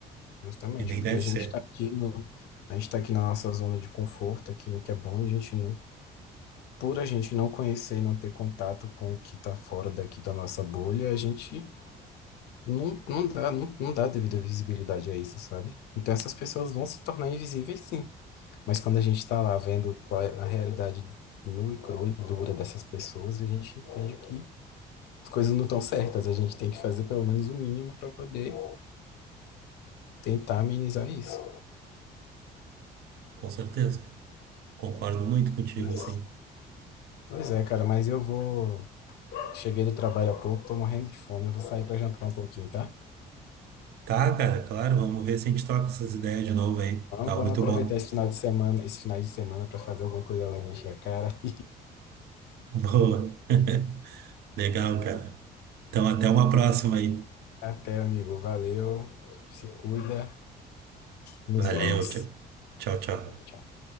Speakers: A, on the left (about 75°); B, on the right (about 70°).
A: Justamente,
B: e nem
A: porque
B: deve
A: a
B: ser,
A: gente está aqui no, a gente tá aqui na nossa zona de conforto, aqui no que é bom, e a gente não, por a gente não conhecer e não ter contato com o que está fora daqui da nossa bolha, a gente não, não dá, não, não dá devida visibilidade a isso, sabe? Então essas pessoas vão se tornar invisíveis, sim. Mas quando a gente está lá vendo qual é a realidade nua e crua e dura dessas pessoas, a gente entende que as coisas não estão certas, a gente tem que fazer pelo menos o mínimo para poder tentar amenizar isso.
B: com certeza. Concordo muito contigo,
A: Mas
B: assim.
A: Pois é, cara, mas eu vou. Cheguei do trabalho há pouco, tô morrendo de fome. Eu vou sair pra jantar um pouquinho, tá?
B: Tá, cara, claro, vamos ver se a gente toca essas ideias de novo aí.
A: Vamos,
B: Tá,
A: vamos
B: muito
A: aproveitar
B: bom.
A: esse final de semana, esse final de semana para fazer alguma coisa além de encher a cara. <laughs>
B: <laughs> Boa. <laughs> Legal, cara. Então, até uma próxima aí.
A: Até, amigo. Valeu. Se cuida. Nos
B: Valeu,
A: vemos.
B: tchau, tchau. tchau.
A: Tchau.